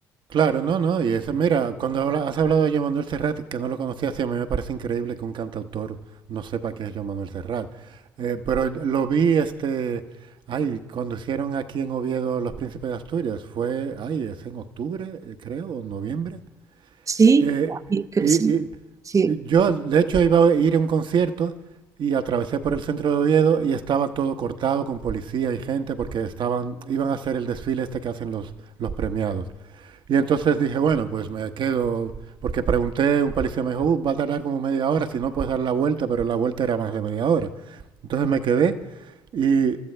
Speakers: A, on the right; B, on the right.
A: Claro, no, no. Y eso, mira, cuando habla- has hablado de Joan Manuel Serrat, que no lo conocía, sí, a mí me parece increíble que un cantautor no sepa quién es Joan Manuel Serrat. Eh, pero lo vi, este, ay, cuando hicieron aquí en Oviedo Los Príncipes de Asturias, fue, ay, es en octubre, eh, creo, o noviembre.
B: Sí,
A: Eh,
B: y que-
A: y,
B: sí,
A: y-
B: sí,
A: y yo, de hecho, iba a ir a un concierto y atravesé por el centro de Oviedo y estaba todo cortado con policía y gente porque estaban, iban a hacer el desfile este que hacen los, los premiados. Y entonces dije, bueno, pues me quedo, porque pregunté, un policía me dijo, "Uh, va a tardar como media hora, si no puedes dar la vuelta, pero la vuelta era más de media hora. Entonces me quedé y,